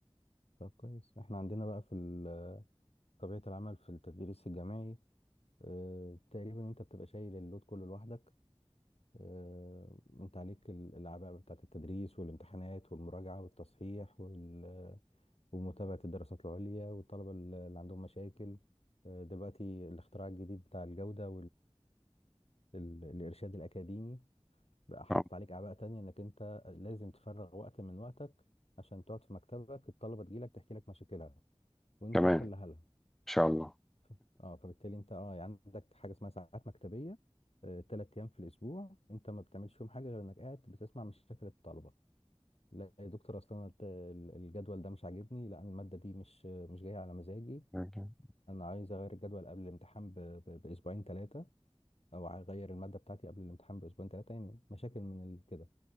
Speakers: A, on the left (about 75°); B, in the centre.
A: طب كويس احنا عندنا بقى في ال- طبيعة العمل في التدريس الجامعي اه تقريبا انت بتبقى شايل اللود كله لوحدك اه انت عليك ال- الأعباء بتاعة التدريس والامتحانات والمراجعة والتصحيح وال- ومتابعة الدراسات العليا والطلبة ال- اللي عندهم مشاكل آه، دلوقتي الاختراع الجديد بتاع الجودة والإرشاد الأكاديمي بقى حاطط
B: اه
A: عليك اعباء تانية انك انت لازم تفرغ وقت من وقتك عشان تقعد في مكتبك الطلبة تجيلك تحكي لك مشاكلها وانت
B: كمان
A: تحلها
B: ان
A: لها
B: شاء الله
A: ف- اه فبالتالي انت اه يعني عندك حاجة اسمها ساعات مكتبية آه، تلات ايام في الاسبوع انت ما بتعملش فيهم حاجة غير انك قاعد بتسمع مشاكل الطلبة لا يا دكتور اصلا أنا الت- ال- الجدول ده مش عاجبني لا أنا المادة دي مش مش جاية على مزاجي
B: أوكي.
A: انا عايز اغير الجدول قبل الامتحان ب- ب- باسبوعين ثلاثة او اغير المادة بتاعتي قبل الامتحان باسبوعين ثلاثة يعني مشاكل من ال- كده